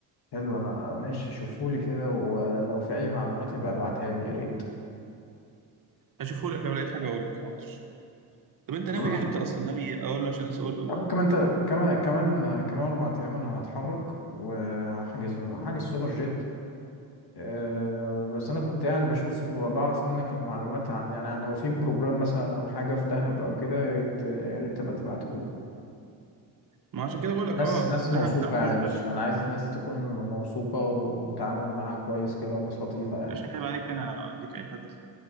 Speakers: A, on the left (about 55°); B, on the right (about 45°).
A: حلو انا ماشي شوفولي كده ولو في اي معلومات يبقى ابعتها لي يا ريت
B: هشوفهولك لو لقيت حاجة أقولك حاضر طب أنت ناوي
A: كمان
B: إمتى أصلا ناوي أقول له عشان أسأله برضه
A: كمان تل... كمان كمان كمان اربع ايام انا هتحرك وهحجز هحجز سوبر جيت أه بس انا كنت يعني بشوف بعرف منك المعلومات عن يعني لو في بروجرام مثلا او حاجه في دهب او كده يا ريت يا ريت تبقى تبعته لي
B: ما عشان كده بقولك
A: ناس
B: أه
A: ناس
B: ده
A: موثوقه
B: بصراحة
A: يعني
B: من غير
A: مش انا عايز ناس تكون موثوقه والتعامل معاها كويس كده وناس لطيفه يعني
B: مش عيب عليك أنا أديك أي حد